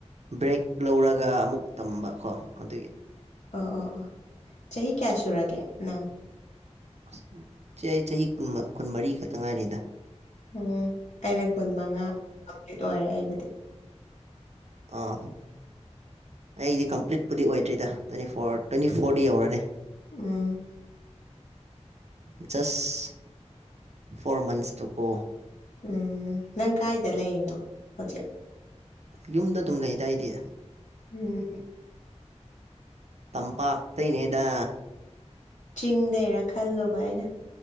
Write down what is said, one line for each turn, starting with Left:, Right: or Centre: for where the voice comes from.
Right: ꯕ꯭ꯔꯦꯛ ꯂꯧꯔꯒ ꯑꯃꯨꯛ ꯇꯝꯕꯀꯣ ꯑꯗꯨꯒꯤ
Left: ꯑꯣ ꯑꯣ ꯑꯣ ꯆꯍꯤ ꯀꯌꯥ ꯁꯨꯔꯒꯦ ꯅꯪ
Right: ꯑꯁ ꯆꯦ ꯑꯩ ꯆꯍꯤ ꯀꯨꯟ ꯀꯨꯟꯃꯔꯤ ꯈꯛꯇ ꯉꯥꯏꯔꯤꯦꯗ
Left: ꯎꯝ ꯑꯩꯅ ꯀꯨꯟ ꯃꯉꯥ ꯀꯝꯄ꯭ꯂꯤꯠ ꯑꯣꯏꯔꯦ ꯑꯩꯕꯨꯗꯤ
Right: ꯑꯥ꯫ ꯑꯩꯗꯤ ꯀꯝꯄ꯭ꯂꯤꯠꯄꯨꯗꯤ ꯑꯣꯏꯗ꯭ꯔꯤꯗ ꯇ꯭ꯋꯦꯟꯇꯤ ꯐꯣꯔ ꯇ꯭ꯋꯦꯟꯇꯤ ꯐꯣꯔꯗꯤ ꯌꯧꯔꯅꯤ꯫
Left: ꯎꯝ꯫
Right: <unintelligible> ꯖꯁ ꯐꯣꯔ ꯃꯟꯁ ꯇ ꯀꯣ
Left: ꯎꯝ ꯅꯪ ꯀꯥꯏꯗ ꯂꯩꯩꯅꯣ ꯍꯧꯖꯤꯛ
Right: ꯌꯨꯝꯗ ꯑꯗꯨꯝ ꯂꯩꯗꯥꯏꯗꯤ
Left: ꯎꯝ
Right: ꯇꯝꯄꯥꯛꯇꯅꯦꯗ
Left: ꯆꯤꯡꯗꯔꯥ ꯈꯜꯂꯨꯕ ꯑꯩꯅ